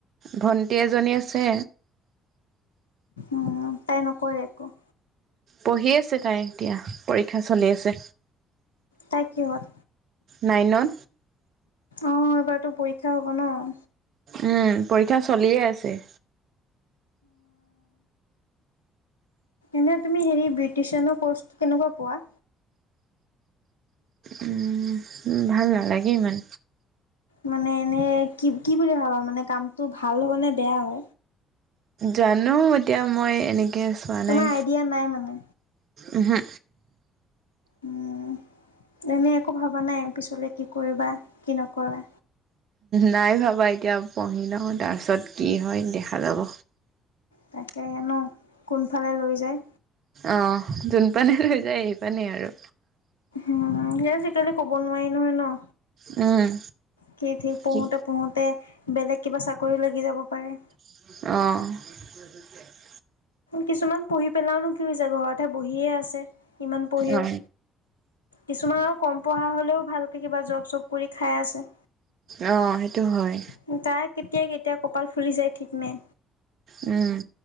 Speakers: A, on the right; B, on the left.
A: ভণ্টি এজনী আছে।
B: উম তাই নকৰে একো।
A: পঢ়ি আছে তাই এতিয়া পৰীক্ষা চলি আছে।
B: তাই কিহত?
A: নাইনত
B: অ' এবাৰতো পৰীক্ষা। <unintelligible> হ'ব নহ।
A: উম পৰীক্ষা চলিয়ে আছে।
B: এনে তুমি হেৰি বিউটিচিয়ানৰ কোৰ্চ কেনেকুৱা পোৱা?
A: উম ভাল নালাগে ইমান।
B: মানে এনে কি কি বুলি ভাবা মানে কামটো ভাল হব নে বেয়া অ।
A: জানো। এতিয়া মই এনেকৈ চোৱা
B: তোমাৰ
A: নাই।
B: আইডিয়া নাই মানে
A: উমহু।
B: উম এনেই একো ভবা নাই পিছলে কি কৰিবা কি নকৰা।
A: নাই ভাবা এতিয়া পঢ়ি লওঁ তাৰপিছত কি হয় দেখা যাব।
B: তাকে হেনো কোনফালে লৈ যায়।
A: অ' যোন পানেই লৈ যায় সেই পানেই আৰু।
B: উম সে আজিকালি কব নোৱাৰি নহ।
A: উম।
B: কি ঠিক পঢ়োতে
A: কি
B: পঢ়োতে বেলেগ কিবা চাকৰি। কৰি লাগি যাব পাৰে।
A: অ'।
B: কিছুমান পঢ়ি পেলাওঁ নো। <unintelligible> ঘৰতহে বহিহে আছে। ইমান পঢ়িও
A: অ
B: কিছুমান আৰু কম। পঢ়া হ'লেও ভালকৈ কিবা জব-চব কৰি খাই আছে।
A: অ' সেইটো হয়।
B: <unintelligible> <unintelligible> কেতিয়া কপাল ফুলি যায় ঠিক নাই।
A: উম।